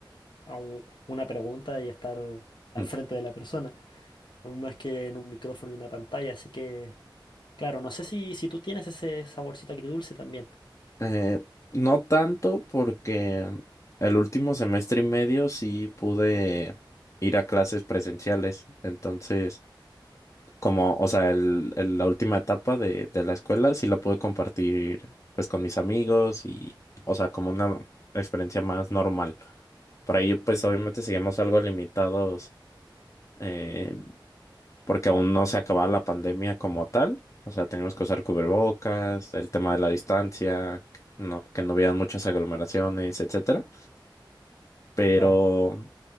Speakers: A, on the left; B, on the left.
A: a un- una pregunta y estar al
B: Mm.
A: frente de la persona, más que en un micrófono y una pantalla, así que, claro, no sé si, si tú tienes ese saborcito agridulce también,
B: Eh, no tanto porque el último semestre y medio sí pude ir a clases presenciales, entonces como, o sea, el- el- la última etapa de, de la escuela sí la pude compartir pues con mis amigos y, o sea, como una experiencia más normal. Por ahí pues obviamente seguimos algo limitados eh, porque aún no se acababa la pandemia como tal. O sea, teníamos que usar cubrebocas, el tema de la distancia, no, que no hubieran muchas aglomeraciones, etcétera. Pero
A: claro.